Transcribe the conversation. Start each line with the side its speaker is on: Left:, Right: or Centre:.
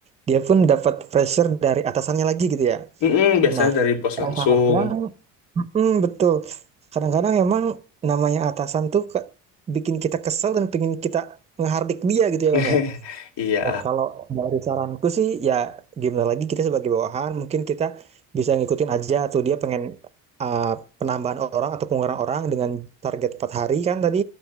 Right: dia pun dapat pressure dari atasannya lagi gitu ya.
Left: mm-mm, biasanya
Right: Nah,
Left: dari bos
Right: kadang-kadang,
Left: langsung
Right: mm, betul. Kadang-kadang emang namanya atasan tuh ke- bikin kita kesel dan pengen kita ngehardik dia gitu ya
Left: <laughs>
Right: bang ya.
Left: Iya.
Right: Nah kalau dari saranku sih ya gimana lagi kita sebagai bawahan mungkin kita bisa ngikutin aja tuh dia pengen uh, penambahan orang atau pengurangan orang dengan target 4 hari kan tadi